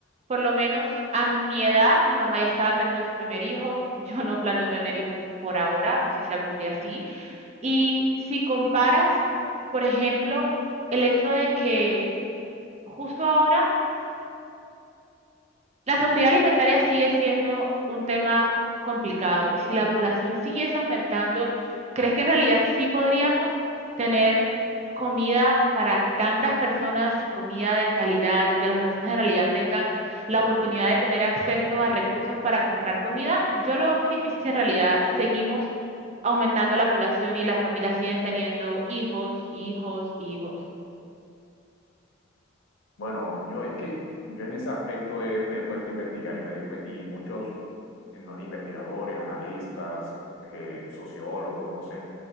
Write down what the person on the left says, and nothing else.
Bueno, yo es que yo en ese aspecto he- me he puesto a investigar y me di cuen- y muchos eh, no, investigadores, analistas, eh, sociólogos, no sé,